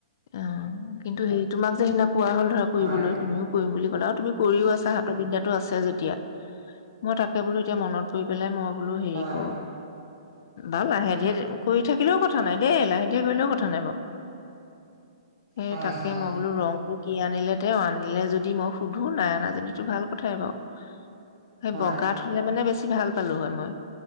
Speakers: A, on the left; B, on the right.
A: অ', কিন্তু সেই তোমাক যে সিদিনা কোৱা হ'ল ধৰা কৰিবলৈ
B: হয়
A: তুমিও কৰিম বুলি লা আৰু তুমি কৰিও আছা, হাতৰ বিদ্যাটো আছে যেতিয়া, মই তাকে বোলো এতিয়া মনত পৰি পেলাই মই বোলো হেৰি
B: হয় হয়
A: কৰোঁ। বাৰ লাহে ধীৰে কৰি থাকিলেও কথা নাই দেই, লাহে ধীৰে কৰিলেও কথা নাই বাৰু। সেই
B: হয়
A: তাকে
B: হয়
A: মই বোলো ৰংটো কি আনিলে তেওঁ আনিলে যদি মই সুধো নাই আনা যদিটো ভাল কথাই বাৰু। সেই
B: হয়
A: বগাত হ'লে মানে বেছ ভাল পালোঁ হয় মই,